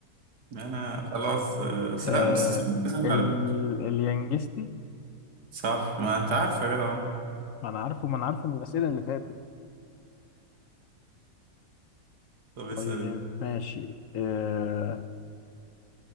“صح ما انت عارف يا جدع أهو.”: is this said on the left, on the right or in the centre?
Right